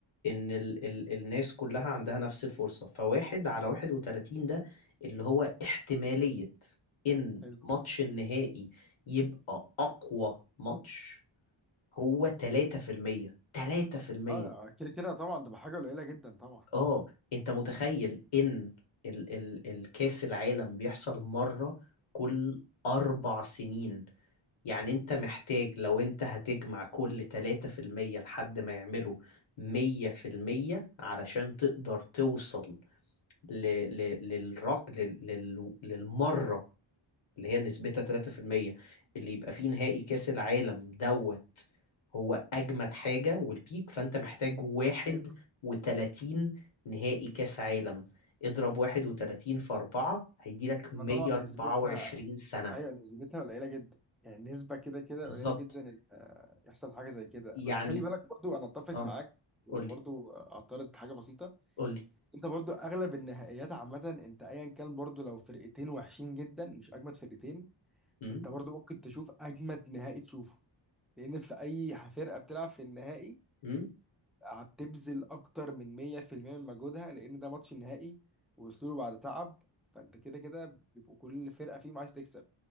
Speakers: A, on the left (about 80°); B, in the centre.
A: ان ال... ال... الناس كلها عندها نفس الفرصة فواحد على واحد وتلاتين ده اللي هو احتمالية ان
B: حلو
A: ماتش النهائي يبقى اقوى ماتش هو تلاتة في المية تلاتة في المية
B: اه كده كده طبعا تبقى حاجه قليله جدا طبعا
A: اه انت متخيل ان ال... ال... الكاس العالم بيحصل مرة كل اربع سنين يعني انت محتاج لو انت هتجمع كل 3% لحد ما يعملوا 100% علشان تقدر توصل ل... ل... للر... لل... لل... للمرة اللي هي نسبتها 3% اللي يبقى فيه نهائي كأس العالم دوت هو أجمد حاجة والبيك فأنت محتاج واحد
B: ايوه
A: وتلاتين نهائي كأس عالم اضرب واحد وتلاتين في أربعة هيديلك
B: ما
A: مية
B: طبعا نسبتها
A: أربعة وعشرين سنة
B: ايوه نسبتها قليله جدا يعني نسبه كده كده
A: بالظبط
B: قليله جدا ان آه، يحصل حاجه زي كده
A: يعني
B: بس خلي بالك برضو انا اتفق
A: اه
B: معاك وبرضو
A: قولي
B: اعترض حاجه بسيطه
A: قول لي
B: انت برضو اغلب النهائيات عامه انت ايا كان برضو لو فرقتين وحشين جدا مش اجمد فرقتين
A: امم
B: انت برضو ممكن تشوف اجمد نهائي تشوفه لان في اي فرقه بتلعب في النهائي
A: امم
B: هتبذل اكتر من 100% من مجهودها لان ده ماتش نهائي ووصلوا له بعد تعب فانت كده كده بيبقوا كل فرقه فيهم عايز تكسب